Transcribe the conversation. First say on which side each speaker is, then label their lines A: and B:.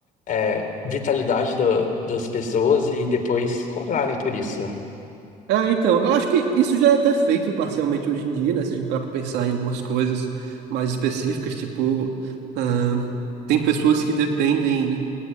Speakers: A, on the left; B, on the right.
A: é, vitalidade da- das pessoas e depois cobrarem por isso, né?
B: É, então, eu acho que isso já é até feito parcialmente hoje em dia, né? Se a gente parar pra pensar em algumas coisas mais específicas, tipo, ahn, tem pessoas que dependem.